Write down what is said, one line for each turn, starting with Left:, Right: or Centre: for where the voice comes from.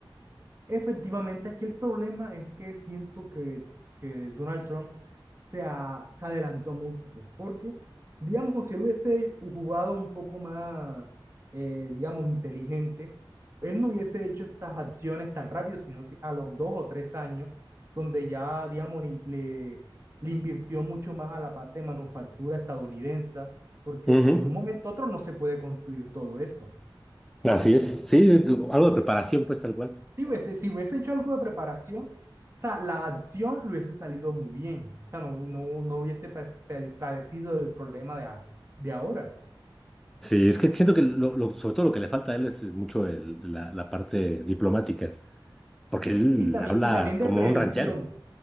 Right: Efectivamente, aquí el problema es que siento que, que Donald Trump se, a- se adelantó mucho, porque, digamos, si él hubiese jugado un poco más, eh, digamos, inteligente, él no hubiese hecho estas acciones tan rápido, sino si- a los dos o tres años, donde ya, digamos, le, le, le invirtió mucho más a la parte de manufactura estadounidense, porque
Centre: Ujú.
Right: de un momento a otro no se puede construir todo eso.
Centre: Así es. Sí, es algo de preparación, pues, tal cual.
Right: Si hubiese, si hubiese hecho algo de preparación, o sea, la acción le hubiese salido muy bien. O sea, no, no, no hubiese pa- pa- padecido el problema de, a- de ahora.
Centre: Sí, es que siento que lo, lo- sobre todo lo que le falta a él es, es mucho el- la, la parte diplomática, porque él
Right: Y también,
Centre: habla
Right: y también de
Centre: como
Right: previsión,
Centre: un ranchero.